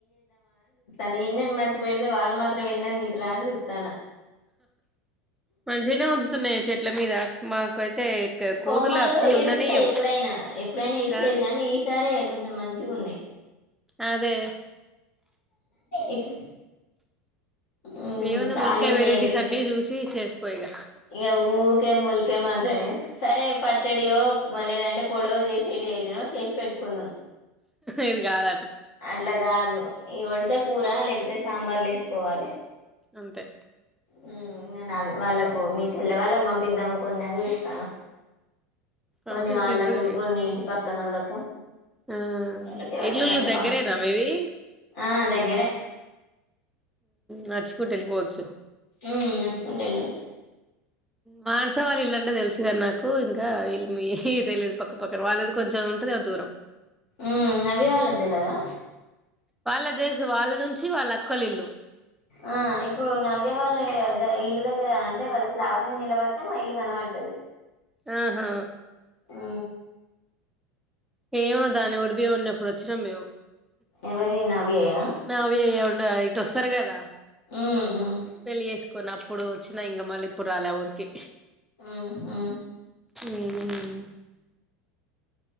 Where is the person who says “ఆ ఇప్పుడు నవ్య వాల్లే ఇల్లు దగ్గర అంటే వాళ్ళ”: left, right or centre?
Left